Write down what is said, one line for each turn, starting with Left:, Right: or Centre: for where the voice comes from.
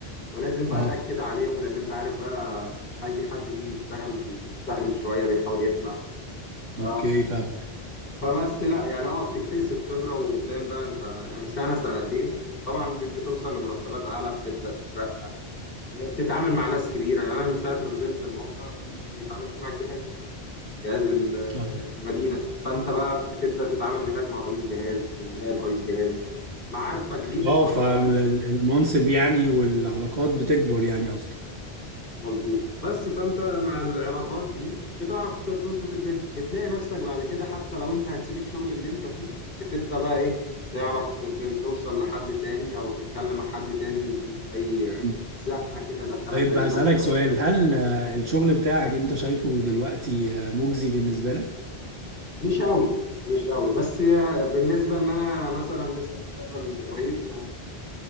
Left: ولازم بقى
Right: اه
Left: تاكد عليهم لان انت عارف بقى اي حد بيجي يشتغل بي- بيستهبل شويه بيحاول يخلع ف...
Right: اوكي فاهمك
Left: فبس لا يعني اه بتكتسب خبره وقدام بقى انت يعني سنه سنتين طبعا ب- بتوصل لمرتبات اعلى بتبدا تترقى بتتعامل مع ناس كبيره يعني انا من ساعه ما نزلت الموقع في اتعاملت مع الجهاز جهاز ال-
Right: اه
Left: المدينة فأنت بقى بتبدأ تتعامل هناك مع رئيس جهاز نائب رئيس جهاز معارفك دي بتكبرك
Right: آه، فالمنصب يعني والعلاقات بتكبر يعني قصدك
Left: مظبوط بس فأنت مع العلاقات دي بتعرف ت- تظبط الدنيا بتلاقي نفسك بعد كده حتى لو أنت هتسيب الشغل اللي أنت فيه بتبدأ بقى إيه تعرف ت- ت- توصل لحد تاني أو تتكلم مع حد تاني يديك أي
Right: مم.
Left: زقة كده يدخلك
Right: طيب
Left: في أي
Right: هسألك
Left: شغل كويس
Right: سؤال هل آه، الشغل بتاعك أنت شايفه دلوقتي آه، مجزي بالنسبة لك؟
Left: مش قوي مش قوي بس هي بالنسبة إن أنا مثلا لسه متخرج من قريب ف